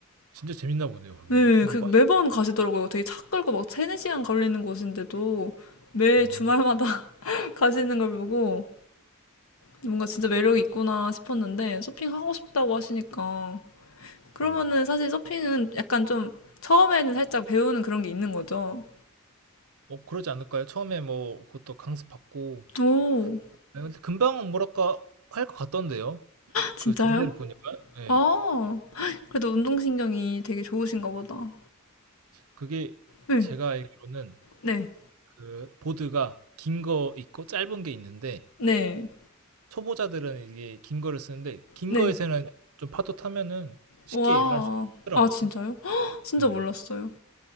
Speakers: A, on the right; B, on the left.
A: 진짜 재밌나 보네요, 그게.
B: 네,
A: 한번
B: 그 매번 가시더라고요. 되게 차 끌고 막 3, 4시간 걸리는 곳인데도 매
A: 빠지면.
B: 주말마다 <laughs> 가시는 걸 보고 뭔가 진짜 매력이 있구나 싶었는데 서핑하고 싶다고 하시니까 그러면은
A: 네.
B: 사실 서핑은 약간 좀 처음에는 살짝 배우는 그런 게 있는 거죠.
A: 뭐 그러지 않을까요? 처음에 뭐 그것도 강습 받고.
B: 오,
A: 네, 근데 금방 뭐랄까 할 것 같던데요.
B: 진짜요?
A: 그 자세를 보니까. 네.
B: 아, <gasps> 그래도 운동신경이 되게 좋으신가 보다.
A: 그게
B: 네,
A: 제가 알기로는
B: 네,
A: 그 보드가 긴 거 있고 짧은 게 있는데
B: 네,
A: 초보자들은 이게 긴 거를 쓰는데 긴
B: 네.
A: 거에서는 좀 파도 타면은 쉽게
B: 와,
A: 일을 할 수 있더라고요.
B: 아, 진짜요? <gasps> 헉, 진짜
A: 네.
B: 몰랐어요.